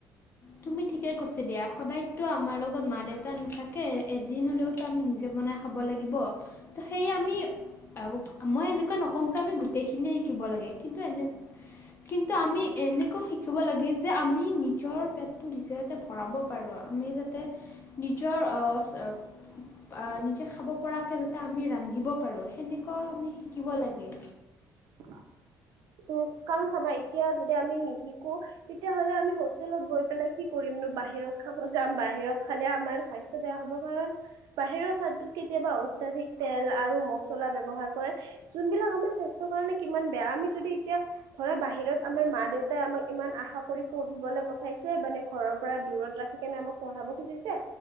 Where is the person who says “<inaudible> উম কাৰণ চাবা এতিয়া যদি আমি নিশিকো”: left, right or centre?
Right